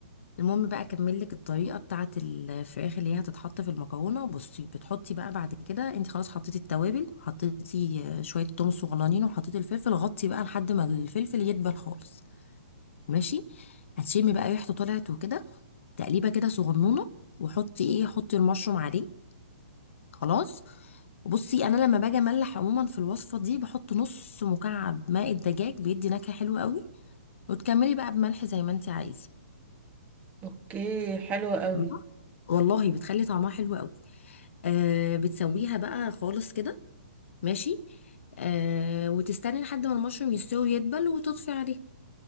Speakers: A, on the left (about 60°); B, on the right (about 20°).
A: المهم بقى اكمل لك الطريقه بتاعه الفراخ اللي هي هتتحط في المكرونه بصي بتحطي بقى بعد كده انت خلاص حطيتي التوابل حطيتي آه، شويه توم صغننين وحطيتي الفلفل غطي بقى لحد ما الفلفل يدبل خالص ماشي هتشمي بقى ريحته طلعت وكده تقليبه كده صغنونه وحطي ايه حطي المشروم عليه خلاص بصي انا لما باجي املح عموما في الوصفه دي بحط نص مكعب ماء الدجاج بيدي نكهه حلوه قوي وتكملي بقى بملح زي ما انت عايزه
B: اوكي حلوة قوي
A: تمام؟ والله بتخلي طعمها حلو قوي آه بتسويها بقى خالص كده ماشي آه وتستني لحد ما المشروم يستوي ويدبل وتطفي عليه